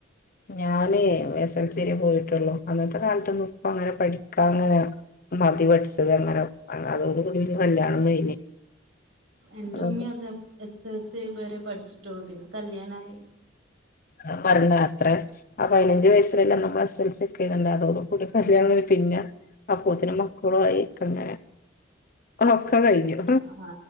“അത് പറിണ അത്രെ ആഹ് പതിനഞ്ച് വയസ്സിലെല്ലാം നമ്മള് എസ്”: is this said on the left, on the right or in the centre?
Left